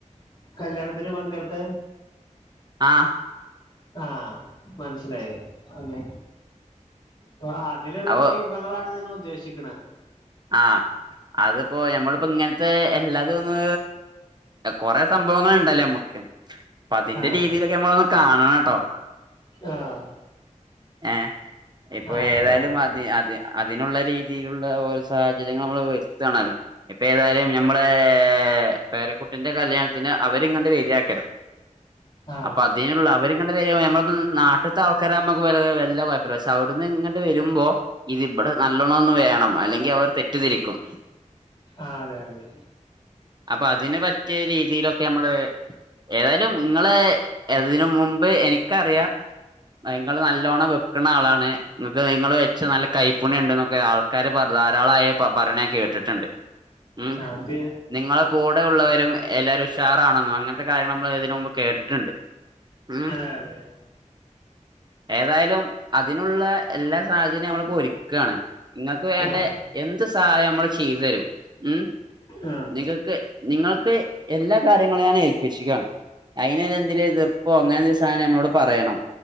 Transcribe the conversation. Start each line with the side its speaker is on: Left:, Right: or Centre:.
Left: കല്യാണത്തിന് പങ്കടുത്ത?
Right: ആഹ്.
Left: ആഹ് മനസിലായി അങ്ങെ ഓ ആ അതില്ള്ള
Right: അവോ
Left: വിഭവങ്ങളാണ് നിങ്ങള് ഉദ്ദേശിക്കണത്.
Right: ആഹ് അതിപ്പൊ ഞമ്മളിപ്പോ ഇങ്ങനത്തെ എല്ലാതും ഒന്ന് കൊറെ സംഭവങ്ങൾ ഇണ്ടല്ലോ ഞമ്മക്ക് അപ്പൊ അതിന്റെ
Left: ആഹ്
Right: രീതിയിലൊക്കെ നമ്മളൊന്ന് കാണണംട്ടോ.
Left: ആഹ്
Right: ഏ ഇപ്പൊ
Left: ആഹ്
Right: ഏതായാലും
Left: ഒറപ്പായി
Right: അതെ അതെ അതിനുള്ള രീതിയിലുള്ള ഓരോ സാഹചര്യങ്ങള് നമ്മള് വര്ത്താണല്ലോ ഇപ്പ ഏതായാലും ഞമ്മളെ ഏ പേരക്കുട്ടിന്റെ കല്യാണത്തിന് അവരിങ്ങണ്ട് വര്യാ ക്കരം
Left: ആഹ്
Right: അപ്പൊ അതിനുള്ള അവരിങ്ങട്ട് വരുമ്പോ ഞമ്മള് ഉം നാട്ടിത്തെ ആൾക്കാരമ്മക്ക് വെലവെ വല്ല കൊഴപ്പല്ല പക്ഷെ അവിടുന്ന് ഇങ്ങട്ട് വരുമ്പോ ഇതിബടെ നല്ലോണം ഒന്ന് വേണം അല്ലെങ്കിൽ അവർ തെറ്റിധരിക്കും.
Left: ആഹ് അതെ അതെ.
Right: അപ്പൊ അതിന് പറ്റിയ രീതിയിലൊക്കെ നമ്മള് ഏതായ് ലും ഇങ്ങള് അതിന് മുമ്പ് എനിക്കറിയാ ഇങ്ങള് നല്ല ല്ലോണം വെക്ക്‌ണ ആളാണ് ഇങ്ങക്ക് ഇങ്ങള് വെച്ചാ നല്ല കൈപ്പുണ്യംണ്ട്ന്നൊക്കെ ആൾക്കാര് പറഞ്ഞ് ധാരാളായി പ പറണ ഞാൻ കേട്ടിട്ട്ണ്ട് ഉം
Left: ആഹ് പി
Right: നിങ്ങളെ കൂടെ ഉള്ളവരും എല്ലാരും ഉഷാറാണെന്നൊ അങ്ങനത്തെ കാര്യങ്ങൾ നമ്മള് ഇതിന് മുമ്പ് കേട്ടിട്ടുണ്ട്. ഉം
Left: അതെ അതെ.
Right: ഏതായാലും അതിനുള്ള എല്ലാ സാഹചര്യവും നമ്മളിപ്പൊ ഒരുക്കാണ്. ഇങ്ങ വേണ്ടെ
Left: ആഹ്
Right: എന്ത് സഹായംമ്മള് ചീതു തരും. ഉം
Left: ആഹ്
Right: നിങ്ങൾക്ക് നിങ്ങൾക്ക് എല്ലാ കാര്യങ്ങളും ഞാനേൽപ്പിച്ച്ക്കാണ്. അയിന് തെന്തിനേതിർപ്പോ അങ്ങനെ എന്തേലും സാധനം നമ്മളോട് പറയണം.